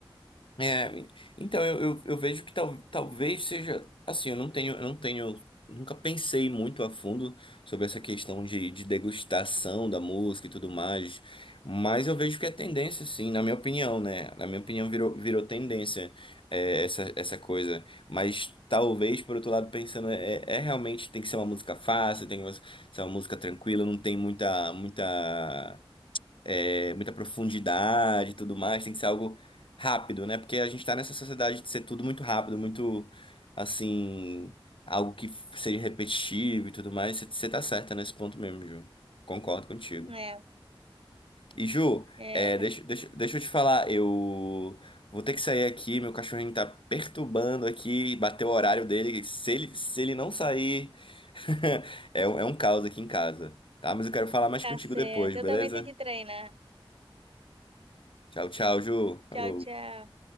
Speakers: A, on the left; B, on the right.
A: É, então eu, eu, eu vejo que tal, talvez seja assim, eu não tenho, eu não tenho, nunca pensei muito a fundo sobre essa questão de, de degustação da música e tudo mais, mas eu vejo que é tendência, sim, na minha opinião, né? Na minha opinião, virou, virou tendência é, essa, essa coisa. Mas talvez, por outro lado, pensando, é, é realmente tem que ser uma música fácil, tem que ser uma música tranquila, não tem muita, muita é, muita profundidade e tudo mais, tem que ser algo rápido, né? Porque a gente tá nessa sociedade de ser tudo muito rápido, muito assim, algo que seja repetitivo e tudo mais. Você você tá certa nesse ponto mesmo, Ju. Concordo contigo.
B: É,
A: E Ju,
B: é,
A: é,
B: tá,
A: deixa,
B: complicado.
A: deixa, deixa eu te falar, eu vou ter que sair aqui, meu cachorrinho tá perturbando aqui, bateu o horário dele. Se ele, se ele não sair, <laughs> é, um- é um caos aqui em casa, tá? Mas eu quero falar mais
B: tá
A: contigo
B: certo.
A: depois, beleza?
B: Eu também tenho que treinar.
A: Tchau, tchau, Ju. Falou.
B: Tchau, tchau.